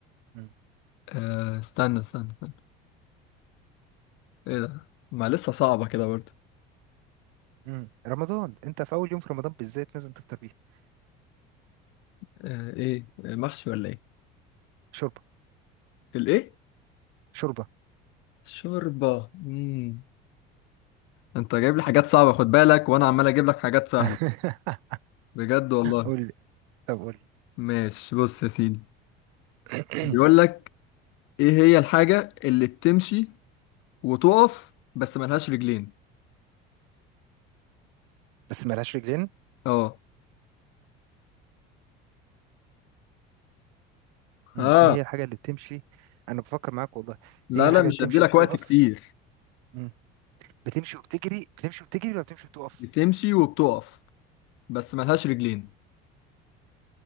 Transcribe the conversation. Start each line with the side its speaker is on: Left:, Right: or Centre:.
Right: مم.
Left: آه استنى استنى استنى ايه ده ما لسه صعبة كده برضه
Right: مم. رمضان انت في اول يوم في رمضان بالذات لازم تفطر بيه
Left: آه ايه آه، محشي ولا ايه
Right: شوربه
Left: الايه
Right: شوربه
Left: شوربة مم. انت جايب لي حاجات صعبة خد بالك وانا عمال اجيب لك حاجات سهلة
Right: <laughs>
Left: بجد والله
Right: قول لي طب قول
Left: ماشي بص يا سيدي
Right: لي
Left: بيقول
Right: <clears throat>
Left: لك ايه هي الحاجة اللي بتمشي وتقف بس ملهاش رجلين
Right: بس ملهاش رجلين
Left: اه
Right: مم.
Left: اه
Right: ايه هي الحاجة اللي بتمشي انا بفكر معاك والله
Left: لا
Right: ايه هي الحاجة
Left: لا مش
Right: اللي بتمشي
Left: هدي لك
Right: وبتقف
Left: وقت كتير
Right: مم. بتمشي وبتجري بتمشي وبتجري ولا بتمشي وبتقف
Left: بتمشي وبتقف بس ملهاش رجلين